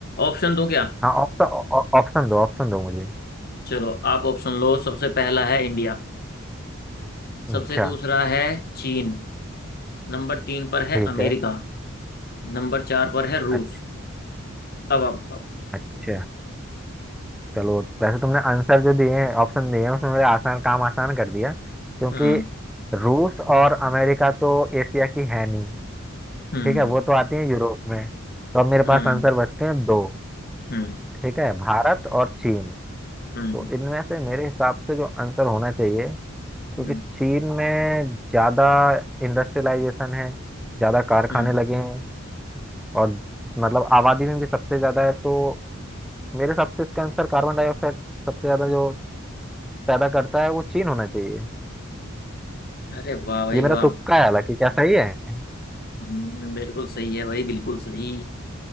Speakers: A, on the left; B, in the centre.
A: ऑप्शन दूं क्या
B: हाँ ऑप्शन ऑप्शन दो ऑप्शन दो मुझे
A: चलो आप ऑप्शन लो सबसे पहला है इंडिया सबसे
B: अच्छा
A: दूसरा है चीन नंबर तीन पर
B: ठीक
A: है अमेरिका
B: है
A: नंबर चार पर है रूस
B: अच्छा
A: अब आप
B: अच्छा चलो वैसे तुमने आंसर जो दिए हैं ऑप्शन दिए हैं उसमें मेरे आसान काम आसान कर दिया क्योंकि
A: हम्म
B: रूस और अमेरिका तो एशिया की है नहीं
A: हम्म
B: ठीक है वो तो आती है यूरोप में तो अब मेरे
A: हम्म
B: पास आंसर बचते हैं दो
A: हम्म
B: ठीक है भारत और चीन
A: हम्म
B: तो इनमें से मेरे हिसाब से जो आंसर होना चाहिए क्योंकि
A: हम्म,
B: चीन में ज्यादा इंडस्ट्रियलाइजेशन है ज्यादा कारखाने
A: हम्म।
B: लगे हैं और मतलब आबादी में भी सबसे ज्यादा है तो मेरे हिसाब से इसका आंसर कार्बन डाइऑक्साइड सबसे ज्यादा जो पैदा करता है वो चीन होना चाहिए
A: अरे वाह भाई
B: ये मेरा
A: वाह
B: तुक्का है हालांकि क्या सही है
A: हम्म, बिल्कुल सही है भाई बिल्कुल सही